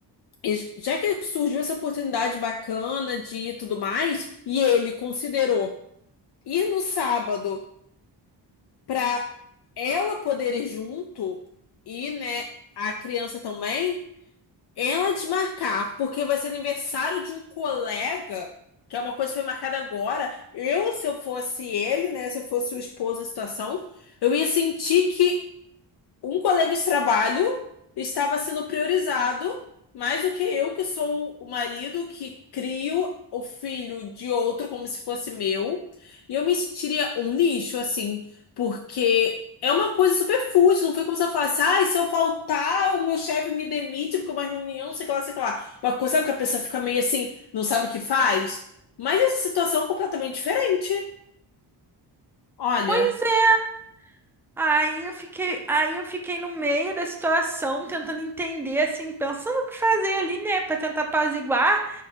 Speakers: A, on the left; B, in the centre.
A: es- já que surgiu essa oportunidade bacana de ir e tudo mais, e ele considerou ir no sábado pra ela poder ir junto e, né, a criança também. Ela desmarcar, porque vai ser aniversário de um colega, que é uma coisa que foi marcada agora. Eu, se eu fosse ele, né? Se eu fosse o esposo em situação, eu ia sentir que um colega de trabalho estava sendo priorizado mais do que eu, que sou o marido que crio o filho de outro como se fosse meu. E eu me sentiria um lixo, assim, porque é uma coisa super fútil. Não foi como se eu falasse, ah, se eu faltar, o meu chefe me demite porque é uma reunião, sei que lá, sei que lá. Uma coisa, sabe que a pessoa fica meio assim, não sabe o que faz? Mas essa situação é completamente diferente. Olha.
B: Pois é. Aí eu fiquei, aí eu fiquei no meio da situação, tentando entender, assim, pensando o que fazer ali, né, Pra tentar apaziguar.